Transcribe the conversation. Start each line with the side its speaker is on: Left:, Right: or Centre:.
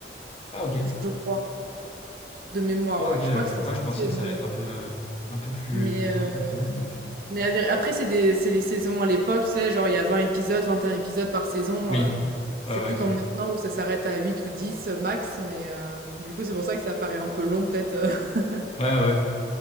Left: Ah, ok.
Right: je crois, de mémoire.
Left: Ah, ok,
Right: Ouais.
Left: je,
Right: Je crois que c'est
Left: ouais,
Right: six
Left: je pensais
Right: saisons.
Left: que ça allait être un
Right: euh,
Left: peu, un peu plus,
Right: Mais... euh,
Left: un peu plus long, mais ok.
Right: Mais à vér après c'est des c'est les saisons à l'époque, tu sais, genre il y a 20 épisodes, 21 épisodes par saison,
Left: Oui,
Right: heu,
Left: ouais,
Right: c'est
Left: ouais,
Right: plus
Left: ok,
Right: comme
Left: oui.
Right: maintenant où ça s'arrête à 8 ou 10 max, mais heu, du coup, c'est pour ça que ça paraît un peu long peut-être, heu. <laughs>
Left: Ouais, ouais.